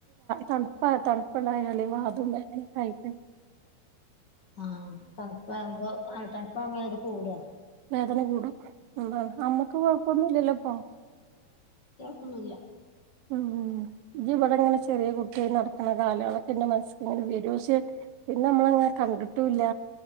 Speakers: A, on the right; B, on the left.
A: തണുപ്പാ തണുപ്പ പണായി വദൂ മ കായിപ്പ
B: ആഹ തണുപ്പാവുമ്പോ തണുപ്പ ആവുമ്പോ അത് കൂടവാ
A: വേദന കൂടും അതാണ് അമ്മക്ക് കൊഴപ്പൊന്നുംല്ലല്ലോ ഇപ്പ
B: ഒന്നുമില്ല
A: ഉം ഇ ജി ഇവിടെ ഇങ്ങനെ ചെറിയ കുട്ടി നടക്കുന്ന കാലങ്ങളൊക്കെ എന്റെ മനസ്സിക്ക് ഇങ്ങനെ വരും പക്ഷേ പിന്നെ നമ്മളങ്ങനെ കണ്ടിട്ടും ഇല്ല